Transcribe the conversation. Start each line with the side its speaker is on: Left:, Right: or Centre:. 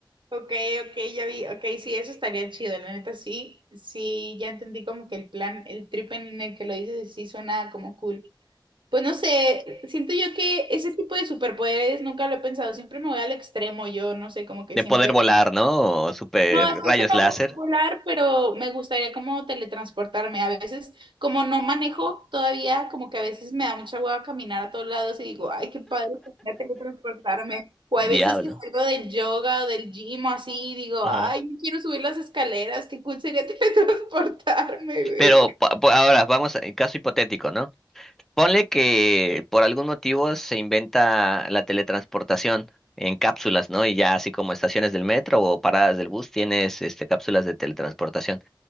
Right: Ok, ok, ya vi, ok, sí, eso estaría chido, la neta sí, sí, ya entendí como que el plan, el trip en el que lo dices sí suena como cool. Pues no sé, siento yo que ese tipo de superpoderes nunca lo he pensado, siempre me voy al extremo, yo no sé, como que
Centre: De
Right: siempre...
Centre: poder volar, ¿no? O super
Right: No, hasta
Centre: rayos
Right: eso no
Centre: láser.
Right: vo- volar, pero me gustaría como teletransportarme. A veces, como no manejo todavía, como que a veces me da mucha hueva caminar a todos lados y digo, ay, qué padre sería teletransportarme. O
Centre: Diablo.
Right: hay veces que salgo del yoga o del gym o así y digo,
Centre: Ajá.
Right: ay, no quiero subir las escaleras, qué cool sería <laughs> teletransportarme, güey.
Centre: Pero pa- pa- ahora vamos en caso hipotético, ¿no? Ponle que por algún motivo se inventa la teletransportación en cápsulas, ¿no? Y ya así como estaciones del metro o paradas del bus tienes este cápsulas de teletransportación.